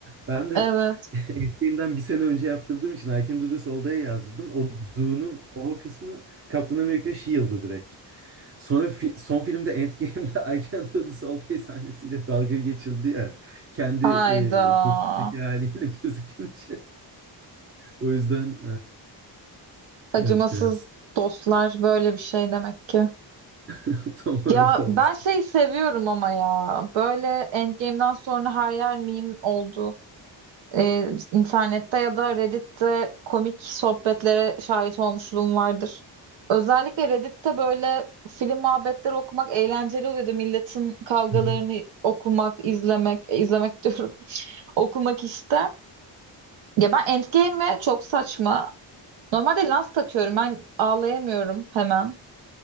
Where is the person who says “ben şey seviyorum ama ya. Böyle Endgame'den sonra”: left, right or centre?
Right